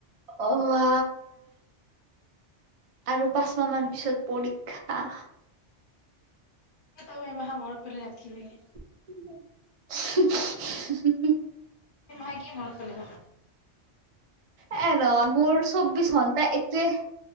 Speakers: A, on the right (about 50°); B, on the left (about 55°).
A: অৱা, আৰু পাঁচ মাহ মান পিছত পৰীক্ষা।
B: এ, তই এইমাখা মনত পেলাই নাথাকিবি এ,
A: <unintelligible> <unintelligible>
B: এই মখা কি মনত পেলে থাকা?
A: এ, ৰ 'মোৰ চৌব্বিশ ঘন্টা এইটোৱে,